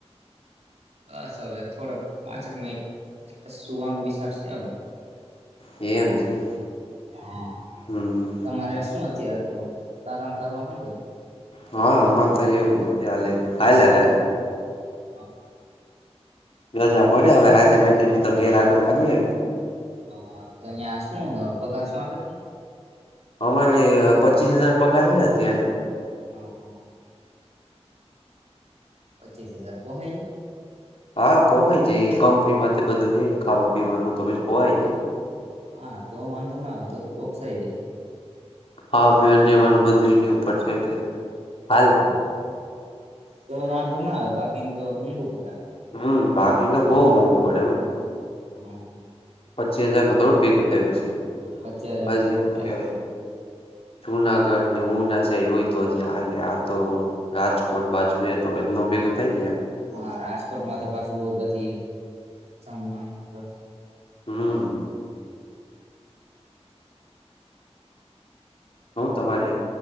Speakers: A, on the right; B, on the left.
A: બસ હવે થોડાક પાંચક મિનિટ સુવાનો વિચાર છે હવે
B: એમ છે
A: હા
B: હમ
A: તમારે શું અત્યારે તો સારામાં સારું હ ને બધ
B: હા અમાં તો એવું જ હલે હાલાાગે છે
A: હા
B: જા મળે હવે હા તો ઘેર આટો મારી
A: હ તો અહં શું પગાર શું આપે તમને
B: અમારે પચીસ હજાર પગારે અત્યારે
A: હા હા પચીસ હજાર કો હ
B: હા પોવાય જાય કંપનીમાં બધું છે ખાવા પીવાનું તો બ પોવાય જાય
A: હા તો વાંધો ન તો તો પોક્સા જે
B: હા અભિયાન જવાનું બધુંની ઉપર છે એટલે હાલે
A: તો આ તો ના આવે બાકીને તો મોંઘું પડે આપડે
B: હમ્મ બાકી તો બહુ મોંઘું પડે એમ.
A: હમ
B: પચી હજારમાં થોડું ભેગું થાય પછી
A: પચી હજાર
B: હજી
A: માં થોડું
B: શું
A: ફાય
B: કેવાય જુનાગઢ ને ઉું ના સાઈડ હોય તો જ હ લ આ તો રાજકોટ બાજુ એ તો એજ ન ભેગલ થાય ને એમ.
A: હા રાજકોટમાં તો પાછું બઉ બધી જમવાનું
B: હમ્મ. હું તમારે